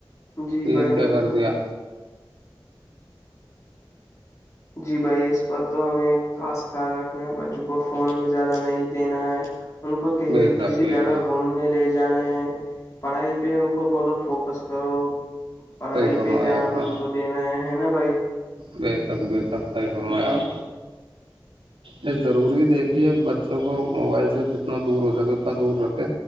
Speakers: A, on the left; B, on the right.
A: جی بھائی
B: یہ کیا
A: بالکل
B: کر دیا
A: جی بھائی اس پر تو ہمیں خاص خیال رکھنا ہے بچوں کو فون زیادہ نہیں دینا ہے ان کو کسی
B: بے شک
A: کسی
B: بے
A: جگہ
B: شک
A: گھومنے لے جانا ہے پڑھائی پہ ان کو بولو فوکس کرو پڑھائی
B: صحیح فرمایا
A: پہ دھیان
B: آپ نے
A: کو دینا ہے نا بھائی
B: بے تک بیے تک صیح فرما
A: جی
B: آپ یہ ضروری دیکھیے بچوں کو موبائل سے جتنا دور ہو سکے اتنا دور رکھے